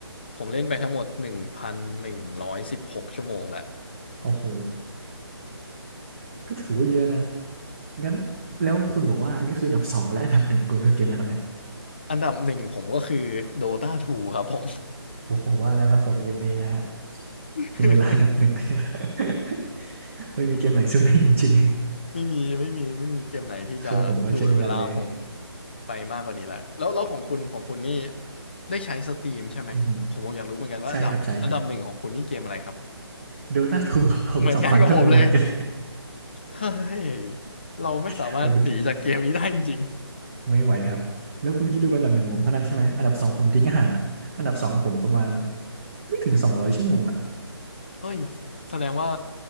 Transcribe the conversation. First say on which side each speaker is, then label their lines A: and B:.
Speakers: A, on the left (about 25°); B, on the right (about 30°).
A: ผมเล่นไปทั้งหมดหนึ่งพันหนึ่งร้อยสิบหกชั่วโมงแล้ว
B: โอ้โหก็ถือว่าเยอะนะงั้นแล้วคุณบอกว่าอันนี้คืออันดับสองและอันดับหนึ่งคุณคือเกมแล้วครับเนี่ย
A: อันดับหนึ่งผมก็คือ Dota 2ครับผม
B: โอ้โหว่าแล้วครับผมเกมนี้นะฮะ
A: <laughs>
B: กินเวลาอันดับหนึ่ง <laughs> เลย <laughs> ไม่มีเกมไหนสู้ได้จริง
A: ไม่มีไม่มีไม่มีเกมไหนที่จะดูดเวลาผม
B: ๆ <laughs> เครื่องผมก็เช่นกันเลย
A: ไปมากกว่านี้แหละแล้วแล้วของคุณของคุณนี่ได้ใช้สตรีมใช่ไหมผมผมอยากรู้เหมือนกันว่าอันดับอันดับหนึ่งของคุณนี่เกมอะไรครับ
B: อือหือใช่ครับใช่ครับ ดูต่าถูกครับผมสองพันชั่วโมงอกัน
A: เหมือนกันกับผมเลยเฮ้ยเราไม่สามารถหนีจากเกมนี้ได้จริง
B: <laughs> มันเป็นไม่ไหวครับแล้วคุณคิดดูอันดับหนึ่งผมเท่านั้นใช่ไหมอันดับสองผมทิ้งห่างอ่ะอันดับสองผมประมาณไม่ถึงสองร้อยชั่วโมงอ่ะ
A: ๆเอ้ยแสดงว่า